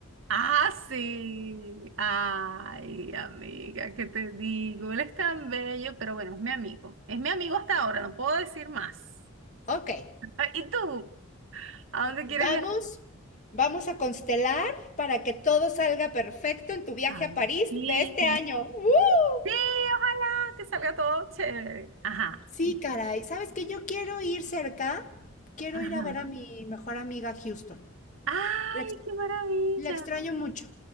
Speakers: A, on the right; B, on the left.
A: Ah, sí. Ay, amiga, ¿qué te digo? Él es tan bello, pero bueno, es mi amigo. Es mi amigo hasta ahora, no puedo decir más.
B: Ok,
A: <laughs> ¿Y tú? ¿A dónde
B: vamos,
A: quieres viajar?
B: vamos a constelar para que todo salga perfecto en tu viaje
A: Ay,
B: a París
A: sí.
B: de este año. ¡Uh!
A: Sí, ojalá que salga todo chévere. Ajá.
B: Sí, caray. ¿Sabes qué? Yo quiero ir cerca. Quiero
A: Ajá.
B: ir a ver a mi mejor amiga a Houston.
A: Ay,
B: La ex-
A: qué maravilla.
B: la extraño mucho.